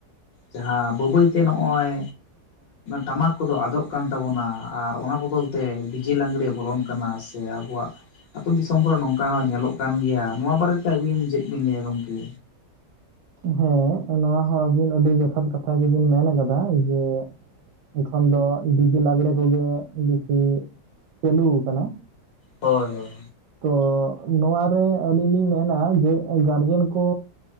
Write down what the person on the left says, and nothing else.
ᱡᱟᱦᱟᱸ ᱵᱟᱹᱭ ᱵᱟᱹᱭ ᱛᱮ ᱱᱚᱜᱼᱚᱭ᱾ ᱴᱟᱢᱟᱠ ᱠᱚᱫᱚ ᱟᱫᱚᱜ ᱠᱟᱱ ᱛᱟᱵᱚᱱᱟ ᱟᱨ ᱚᱱᱟ ᱵᱚᱫᱚᱞ ᱛᱮ ᱰᱤᱡᱮ ᱞᱟᱜᱽᱲᱮ ᱵᱚᱞᱚᱱ ᱠᱟᱱᱟ ᱥᱮᱼᱼ ᱥᱮ ᱟᱵᱚᱣᱟᱜ᱾ ᱟᱹᱛᱩᱳ ᱫᱤᱥᱚᱢ ᱠᱚᱨᱮ ᱱᱚᱝᱠᱟ ᱦᱚᱸ ᱧᱮᱞᱚᱜ ᱠᱟᱱ ᱜᱮᱭᱟ ᱱᱚᱣᱟ ᱵᱟᱨᱮ ᱛᱮ ᱟᱹᱵᱤᱱ ᱪᱮᱫ ᱵᱤᱱ ᱞᱟᱹᱭᱟ ᱜᱚᱝᱠᱮ?
ᱦᱳᱭ ᱦᱳᱭ᱾